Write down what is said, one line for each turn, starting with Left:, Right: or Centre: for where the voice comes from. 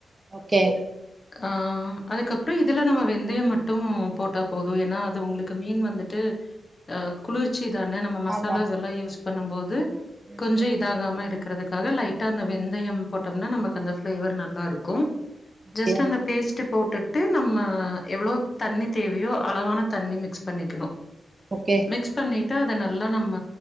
Right: ஓகே
Left: ஆ அதுக்கப்பறோ இதுல நம்ம வெந்தயம் மட்டும் போட்டா போதும் ஏன்னா அது உங்களுக்கு மீன் வந்துட்டு குளிர்ச்சி தான நம்ம மசாலாஸ்
Right: ஆமா
Left: எல்லா யூஸ் பண்ணும்போது
Right: ம்
Left: கொஞ்சோ இதாகாம இருக்கிறதுக்காக லைட்டா அந்த வெந்தயம் போட்டோம்னா நமக்கு அந்த பிளேவர் நல்லா இருக் கும்
Right: ஓகே
Left: ஜஸ்ட் அந்த பேஸ்ட் போட் டுட்டு நம்ம எவ்ளோ தண்ணி தேவையோ அளவான தண்ணி மிக்ஸ் பண்ணிக்கணு
Right: ஓகே
Left: மிக்ஸ் பண்ணிவிட்டு அதை நல்லா நம்ம